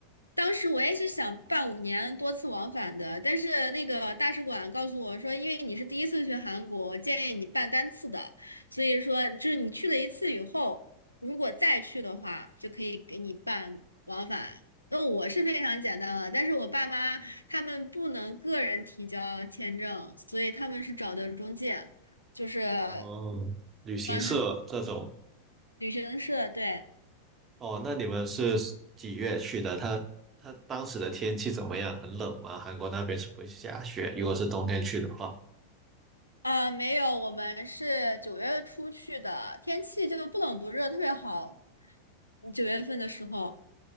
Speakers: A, on the left; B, on the right.
A: 当时我也是想办五年多次往返的，但是那个大使馆告诉我说，因为你是第一次去韩国，我建议你办单次的。所以说，就是你去了一次以后，如果再去的话，就可以给你办往返。那我是非常简单了，但是我爸妈他们不能个人提交签证，所以他们是找的中介，就是
B: 哦，旅行社这种，
A: 帮他们旅行社，对。
B: 哦，那你们是几月去的？它它当时的天气怎么样？很冷吗？韩国那边是不会下雪，如果是冬天去的话。
A: 啊，没有，我们是九月初去的，天气就不冷不热，特别好。九月份的时候，